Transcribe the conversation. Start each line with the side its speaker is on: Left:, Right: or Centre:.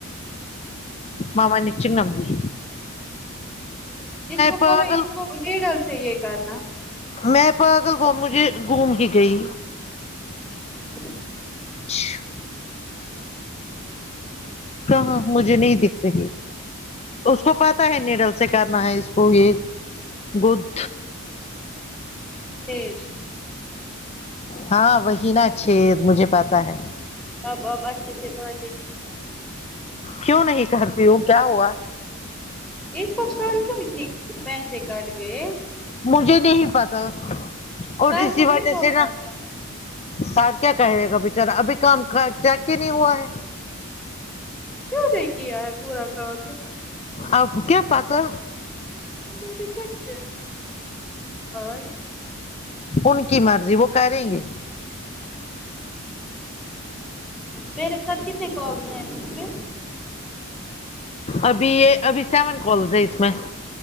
Left: مما نچک نمبمی
Centre: اس کو
Left: پاگل
Centre: بولو اس کو نڈل سے یہ کرنا
Left: میں پاگل وه مجھے گھوم کے گئی
Centre: ہ <inaudible>
Left: چی کہاں مجھے نہیں دکھتے اس کو پتا ہے نڈل سے کرنا ہے اس کو یہ گود
Centre: پھر
Left: ہاں وہی نا چھید مجھے پتا ہے
Centre: اب اب اچھے سے باتیں نہیں کرتے
Left: کیوں نہیں کرتی ہوں کیا ہوا
Centre: اس کو کل کیوں اتنی پیسے کٹ گئے
Left: مجھے نہیں پتا اور
Centre: سر
Left: اسی
Centre: کو نہیں
Left: وجہ
Centre: بولنا
Left: سے نا
Centre: تھا
Left: سر کیا کہ رہے گا بچارا ابھی کام کا چیک ہی نہیں ہوا ہے
Centre: کیوں نہیں کیا ہے پورا کام چیک
Left: اب کیا پاتا
Centre: میں نے کیا کیا آج
Left: ان کی مرضی وہ کریں گے
Centre: میرے سب کتے کال <unintelligible> پے
Left: ابھی یہ ابھی سیون کالز ہے اس میں